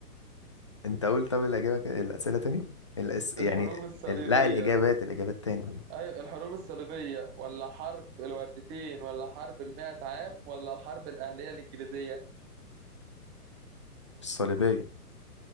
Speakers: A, on the left (about 20°); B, on the right (about 20°).
A: انت قول طب الاجابه كده- الاسئله تاني الأس... يعني
B: الحروب الصليبية
A: ال- لا الإجابات الإجابات تاني
B: أيوة الحروب الصليبية ولا حرب الوردتين ولا حرب المائة عام ولا الحرب الأهلية الإنجليزية
A: الصليبية